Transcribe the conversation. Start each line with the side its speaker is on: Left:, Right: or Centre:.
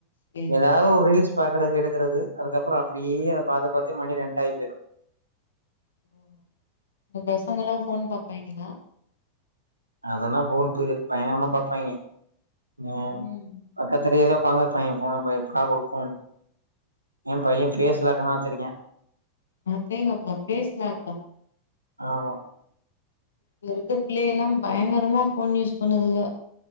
Left: சேரி
Right: ஏதாவது
Left: சேரி
Right: ஒரு ரீல்ஸ் பாக்குறக்கு எடுத் க்கிறது அதுக்கப்புறோ அப்படியே அத பாத்து பாத்தே மணி ரெண்டு ஆயிப்போயிரு
Left: ம் உங்க பசங்கல்லா எல்லாம் ஃபோன் பாப்பாய்ங்களா
Right: அதெல்லா ஃபோன் <unintelligible> பயங்கரமா பாப்பாய்ங்க ஆ
Left: ம்
Right: பக்கத்துலயேதா <unintelligible> ஏன் பையன் பேஸ் லாக்கெல்லா வச்சுருக்கா
Left: அடேங்கப்பா ஃபேஸ்லாக்கா
Right: ஆமா
Left: இதுல இருக்க பிள்ளைகல்லா பயங்கரமா ஃபோன் யூஸ் பண்ணுதுக